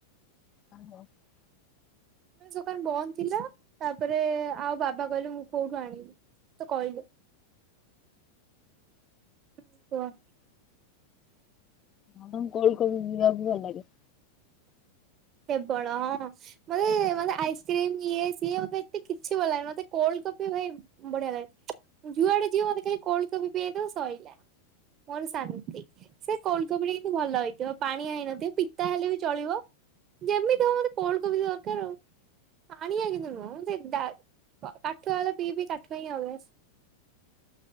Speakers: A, on the left (about 25°); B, on the right (about 30°).
A: <inaudible>
B: ସୋକାନ ବନ୍ଦ ଥିଲା ତାପରେ ଆଉ ବାବା କହିଲେ ମୁଁ କୋଉଠୁ ଆଣିବି? ତ କହିଲ କୂଅ
A: ଆ କୋଲଡ କଫି ପିିବା କୁ ଭଲ ଲାଗେ।
B: କେବଳ ମତେ ମତେ ଆଇସ୍କ୍ରିମ ଇଏ ସିଏ ମତେ ଏତେ କିଛି ଭଲାନି ମତେ କୋଲଡ କପି ଭାଇ ବଢିଆ ଲାଗେ ଯୁଆଡେ ଯିଅ ମତେ ଖାଇ କୋଲ ପିଆଇଦବ ସରିଲା। ମୋର ଶାନ୍ତି ସେ କୋଲଡ କଫି ଟା କିନ୍ତୁ ଭଲ ହେଇଥିବ ପାଣି ହେଇନଥିବ ପି ତା ହେଲେ ବି ଚଳିବ ଯେମିତି ହବ ମତେ କୋଣ କୋବି ଦରକାର ଆଉ। ଆଣିଆ କିନ୍ତୁ ନୁହ ସେ କାଠୁଆ ପିଇ ବି କାଠୁଆ ହିଁ ଆ ବ